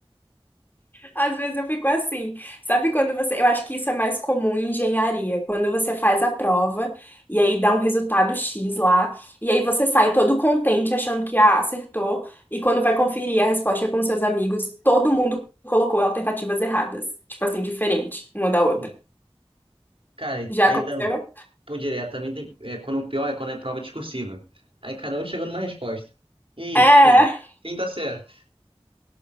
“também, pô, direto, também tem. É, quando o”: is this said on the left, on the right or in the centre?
Right